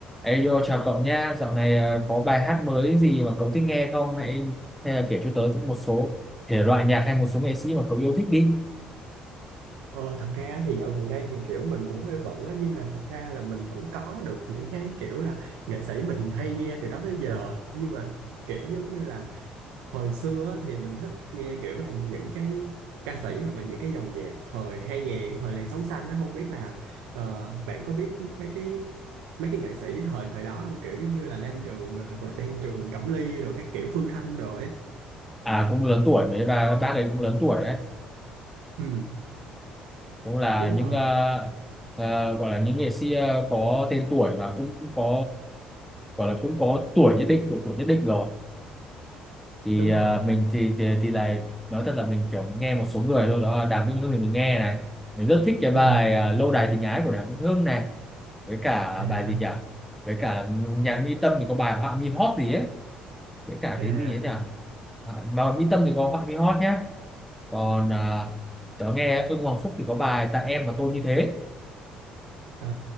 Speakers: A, in the centre; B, on the right.
A: Ê, yo, chào cậu nhá. Dạo này à, có bài hát mới gì mà cậu thích nghe không? Hay hay là kể cho tớ một số thể loại nhạc hay một số nghệ sĩ mà cậu yêu thích đi.
B: Ờ, thật ra thì dạo gần đây thì kiểu mình cũng hơi bận á nhưng mà thật ra là mình vẫn có được những cái kiểu là nghệ sĩ mình hay nghe từ đó tới giờ nhưng mà kiểu giống như là hồi xưa á, thì mình thích nghe kiểu là những cái ca sĩ hoặc là những cái dòng nhạc thời hai nghìn thời làn sóng xanh á không biết là ờ, bạn có biết mấy cái mấy cái nghệ sĩ thời thời đó không kiểu giống như là Lam Trường rồi hoặc là Đan Trường Cẩm Ly rồi các kiểu Phương Thanh rồi ấy.
A: À, cũng lớn tuổi mấy và bác ấy cũng lớn tuổi đấy.
B: Ừ,
A: Cũng là
B: đúng
A: những
B: rồi,
A: ờ, ờ, gọi là những nghệ sĩ ờ, có tên tuổi và cũng có gọi là cũng có tuổi nhất định, độ tuổi nhất định rồi. Thì
B: đúng
A: ờ,
B: rồi.
A: mình thì thì thì này nói thật là mình kiểu nghe một số người thôi đó là Đàm Vĩnh Hưng thì mình nghe này. Mình rất thích cái bài
B: Ừ.
A: à, Lâu đài tình ái của Đàm Vĩnh Hưng này với cả
B: À,
A: bài gì nhỉ với cả nhà Mỹ Tâm thì có bài họa mi hót gì ấy với cả
B: à.
A: cái gì ấy nhỉ Họa- bài Mỹ Tâm thì có họa mi hót nhá còn à, tớ nghe Ưng Hoàng Phúc thì có bài tại em và tôi như thế
B: Ờ,